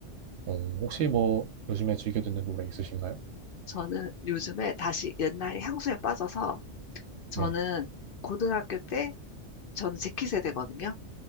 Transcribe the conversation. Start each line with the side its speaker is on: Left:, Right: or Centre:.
Right: 어, 혹시 뭐 요즘에 즐겨 듣는 노래 있으신가요?
Left: 저는 요즘에 다시 옛날 향수에 빠져서, 저는
Right: 네.
Left: 고등학교 때, 저는 재키 세대거든요.